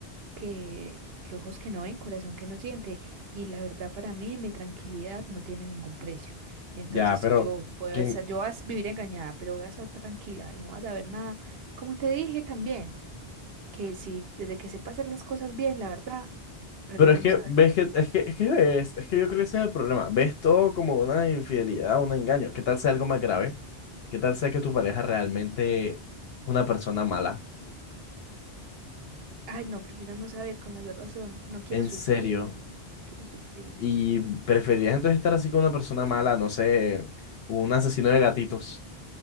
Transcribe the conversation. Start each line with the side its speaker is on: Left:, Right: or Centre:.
Right: que, que ojos que no ven, corazón que no siente. Y la verdad para mí, mi tranquilidad no tiene ningún precio. Entonces,
Left: Ya,
Right: si
Left: pero
Right: yo puedo
Left: ¿quién?
Right: estar- yo voy a vivir engañada, pero voy a estar tranquila y no vas a ver nada, como te dije también, que si desde que sepa hacer las cosas bien, la verdad, prefiero
Left: Pero es que
Right: no saber.
Left: ves que es que es que es, es que yo creo que ese es el problema. Ves todo como una infidelidad, un engaño. ¿Qué tal sea algo más grave? ¿Qué tal sea que tu pareja realmente es una persona mala?
Right: Ay, no, prefiero no saber con mayor razón. No quiero
Left: En
Right: sufrir,
Left: serio.
Right: no quiero sufrir.
Left: ¿Y preferirías entonces estar así con una persona mala, no sé, un asesino de gatitos?